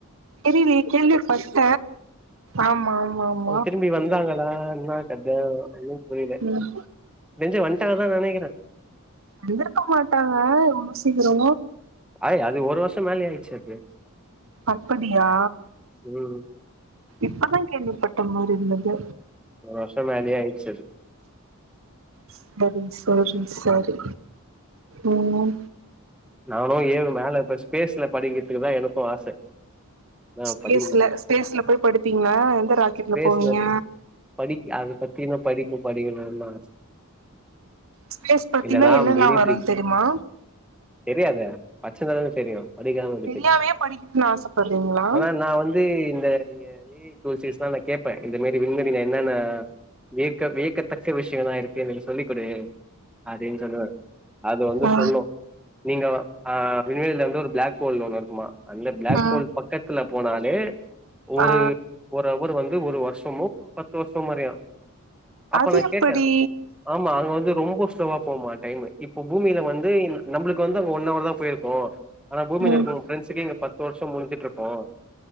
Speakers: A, on the right; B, in the centre.
A: தெரிலெயே கேள்வி பட்ட ஆமா ஆமா ஆம்
B: அவுங்க திரும்பி வந்தாங்களா என்ன கத ஒன்னும் புரில
A: ம்
B: நெஞ்சு வன்ட்டாங்க தா நெனக்கிறே
A: வந்துருக்க மாட்டாங்க இவ்ளோ சீக்கிரொ
B: ஆய் அது ஒரு வருஷம் மேலயே ஆயிடுச்சு அது
A: அப்படியா
B: ம்
A: இப்பதா கேள்விப்பட்ட ம இருந்தது
B: ஒரு வர்ஷொ மேலயே ஆயிட்ச்சது
A: சரி சரி சரி உம்ஹ்
B: நானோ ஏவ் மேல இப்ப ஸ்பேஸ்ல படிக்கிற்துக்குதா எனக்கு ஆச ஆனா
A: ஸ்பேஸ்ல
B: படிக்கல
A: ஸ்பேஸ்ல போய் படிப்பீங்க எந்த ராக்கெட்ல
B: ஸ்பேஸ்ல
A: போவீங்க
B: படிக்க அத பத்தி இன்னு படிப்பு படிக்கணும்னு ஆச
A: ஸ்பேஸ் பத்தினா
B: இல்லன்னா
A: என்னன்னா
B: மிலிட்ரி
A: வருன் தெரியுமா
B: தெரியாதே பட்சுருந்தாதானெ தெரியு படிக்காம எப்டி
A: தெரியாமயே
B: தெரியு
A: படிக்கணும்னு ஆசப்படுறீங்களா
B: ஆனா நா வந்து இந்த ய <unintelligible> நா கேப்ப இந்த மாரி விண்மதில என்னனா வியக்க வியக்கத்தக்க விஷ்யங்களா இருக் எனக்கு சொல்லி் குடு அடின் சொல்லுவே அது வந்து
A: ஆ
B: சொல்லு நீங்க ஆஹ் விண்வெளில வந்து ஒரு பிளாக் ஹோல் ஒண்ணு இருக்குமா அந்த பிளாக்
A: ஆ
B: ஹோல் பக்கத்துல போனாலே ஒரு
A: ஆ
B: ஒரு அவர் வந்து ஒரு வருஷமோ பத்து வருஷம் அறியா அப்ப
A: அது
B: நான்
A: எப்படி
B: கேட்டேன் ஆமா அங்க வந்து ரொம்ப ஸ்லோவா போமா டைமு இப்ப பூமில வந்து நம்மளுக்கு வந்து அங்க ஒன் அவர் தான் போயிருக்கு ஆனா பூமில
A: ம்
B: இருக்க ஃபிரண்ட்ஸ் க்கு இங்க பத்து வருஷம் முடிஞ்சுட்டு இருக்கோம்